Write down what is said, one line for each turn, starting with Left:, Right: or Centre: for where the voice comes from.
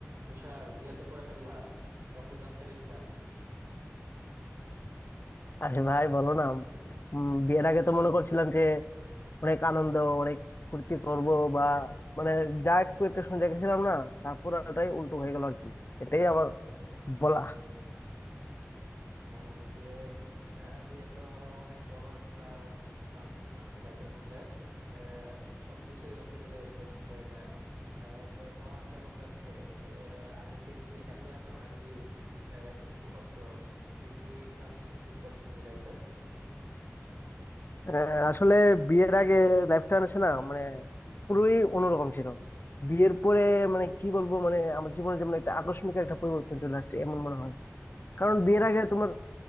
Right: তুষার বিয়ে তো করে ফেললা কেমন যাচ্ছে দিনকাল
Left: আরে ভাই বলো না উম, বিয়ের আগে তো মনে করছিলাম যে অনেক আনন্দ অনেক ফুর্তি করব বা মানে যা এক্সপেকটেশন রেখেছিলাম না তা পুরাটাই উল্টো হয়ে গেল আর কি এটাই আমার বলা
Right: আহ, বিয়ে আহ, বিয়ে তো অনেক বড় একটা ট্রানজিশন আর কি লাইফের মধ্যে আহ, সবকিছুই ধরতে গেলে চেঞ্জ হয়ে যায় আহ, তো তোমার কেমন যাচ্ছে আহ, আগের থেকে কি হ্যাপি আছো নাকি আহ, দুঃখ কষ্ট কি কি ট্রানজিশন ফিল করছো তুমি লাইফে
Left: আহ, আসলে বিয়ের আগে লাইফটা আছে না মানে পুরোই অন্যরকম ছিল বিয়ের পরে মানে কি বলবো মানে আমার জীবনে যেমন একটা আকস্মিক একটা পরিবর্তন চলে আসছে এমন মনে হয় কারণ বিয়ের আগে তোমার